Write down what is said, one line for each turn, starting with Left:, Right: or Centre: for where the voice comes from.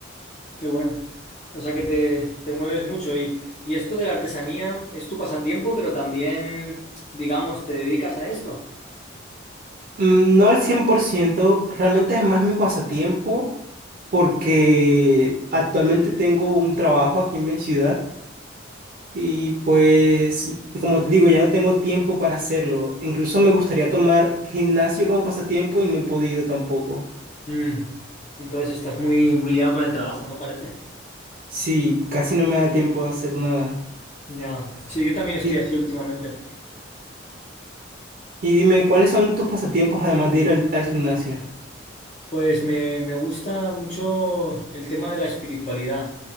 Left: Qué bueno. O sea que te, te mueves mucho y, y esto de la artesanía es tu pasatiempo, pero también, digamos, te dedicas a esto.
Right: Mm, No al cien por ciento realmente es más mi pasatiempo porque actualmente tengo un trabajo aquí en mi ciudad. Y pues, como te digo, ya no tengo tiempo para hacerlo. Incluso me gustaría tomar gimnasio como pasatiempo y no he podido tampoco.
Left: Mm. Entonces estás muy, muy liado con el trabajo, ¿no? Parece.
Right: Sí, casi no me da tiempo de hacer nada.
Left: Ya. Sí, yo también estoy
Right: Y,
Left: así últimamente.
Right: y dime, ¿cuáles son tus pasatiempos además de ir al, al gimnasio?
Left: Pues me, me gusta mucho el tema de la espiritualidad.